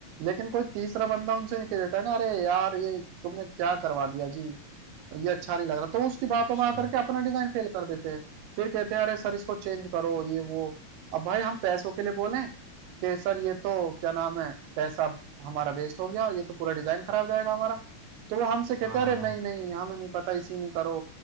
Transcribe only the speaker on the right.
लेकिन कोई तीसरा बंदा उनसे ये कह देता है ना अरे यार ये तुमने क्या करवा दिया जी ये अच्छा नहीं लग रहा तो
उसकी बातों
में आकर के अपना डिजाइन फेल कर देते हैं फिर कहते हैं अरे सर इसको चेंज करो ये वो अब भाई हम पैसों के लिए बोलें कि सर ये तो क्या नाम है पैसा हमारा वेस्ट हो गया ये तो पूरा डिजाइन खराब जाएगा हमारा तो वो हमसे कहते
हैं
अरे नहीं
नहीं हमें नहीं पता इसी में करो